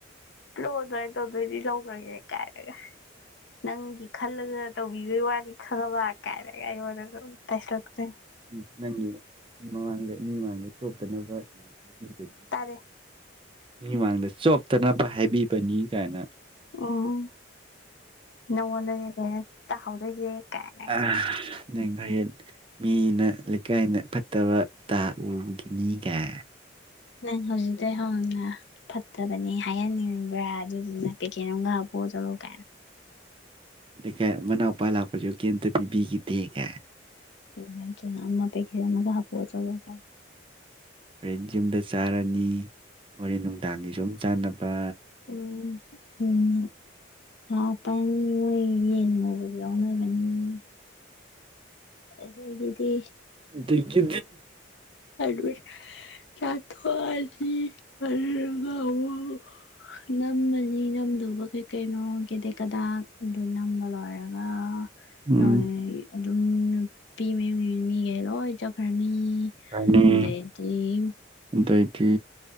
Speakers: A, on the left; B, on the right.
A: ꯄꯤꯔꯛꯑꯣ ꯑꯗꯨꯥꯏꯅ ꯇꯧꯗꯣꯏ ꯒꯣꯢꯔꯗꯤ ꯂꯧꯈ꯭ꯔꯒꯦ ꯀꯥꯏꯔꯒ ꯅꯪꯒꯤ ꯈꯜꯂꯒ ꯇꯧꯕꯤꯕꯒꯤ ꯋꯥꯔꯤ ꯈꯪꯕ ꯀꯥꯏꯔꯒ ꯑꯩꯉꯣꯟꯗ ꯑꯃꯨꯛ ꯇꯥꯏꯁꯜꯂꯛꯇꯣꯏꯅꯦ
B: ꯎꯝ ꯅꯪꯒꯤ ꯃꯃꯥꯡꯗ ꯃꯤ ꯃꯃꯥꯡꯗ ꯆꯣꯞꯇꯅꯕ ꯍꯥꯏꯕꯤꯕꯅꯤ
A: ꯇꯥꯔꯦ
B: ꯃꯤꯃꯥꯡꯗ ꯆꯣꯞꯇꯅꯕ ꯍꯥꯏꯕꯤꯕꯅꯤ ꯀꯥꯏꯅ
A: ꯎꯝ ꯅꯉꯣꯟꯗꯅꯦ ꯂꯣꯏꯅ ꯇꯥꯍꯧꯗꯣꯏꯁꯦ ꯀꯥꯏꯅ
B: ꯑ <unintelligible> <unintelligible> ꯅꯦꯡꯉꯌꯦ ꯃꯤꯅ ꯂꯩꯀꯥꯏꯅ ꯐꯠꯇꯕ ꯇꯥ ꯎꯒꯤꯅꯤꯒꯥꯢꯅ
A: ꯅꯪ ꯍꯧꯖꯤꯛꯇꯩ ꯍꯧꯅ ꯐꯠꯇꯕꯅꯤ ꯍꯥꯏꯍꯟꯅꯤꯡꯕ꯭ꯔꯥ ꯑꯗꯨꯗꯨꯅ ꯄꯦꯀꯦꯠ ꯑꯃꯒ ꯍꯥꯞꯄꯛꯑꯣ ꯆꯠꯂꯣ ꯀꯥꯏꯅ
B: <unintelligible> ꯃꯅꯥꯎꯄꯥ ꯂꯥꯛꯄꯁꯨ ꯀꯔꯤꯝꯇ ꯄꯤꯕꯤꯈꯤꯗꯦ ꯒꯥꯏ
A: <unintelligible> ꯍꯥꯄꯣ ꯆꯠꯂꯣ ꯀꯥꯏꯅ
B: ꯍꯣꯔꯦꯟ ꯌꯨꯝꯗ ꯆꯥꯔꯅꯤ ꯍꯣꯔꯦꯟ ꯅꯨꯡꯗꯥꯡꯒꯤꯁꯨ ꯑꯝꯨꯛ ꯆꯥꯅꯕ
A: ꯎꯝ <unintelligible> <unintelligible> ꯌꯥꯎꯅꯕꯅꯤ ꯑꯗꯒꯤꯗꯤ
B: ꯑꯗꯒꯤꯗꯤ
A: <unintelligible> ꯆꯥꯊꯣꯛꯑꯅꯤ ꯑꯗꯨꯗꯨꯒ ꯑꯃꯨꯛ ꯅꯝꯃꯅꯤ ꯅꯝꯗꯧꯕ ꯀꯩ ꯀꯩꯅꯣ ꯀꯦꯗꯦꯛ ꯀꯗꯥꯛ ꯑꯗꯨ ꯅꯝꯕ ꯂꯣꯏꯔꯒ
B: ꯎꯝ
A: ꯅꯣꯏ ꯑꯗꯨꯝ ꯅꯨꯄꯤ ꯃꯌꯨꯝꯒꯤ ꯃꯤꯒꯩ ꯂꯣꯏ ꯆꯠꯈ꯭ꯔꯅꯤ
B: <unintelligible>
A: ꯑꯗꯩꯗꯤ
B: ꯑꯗꯨꯑꯣꯏꯗꯤ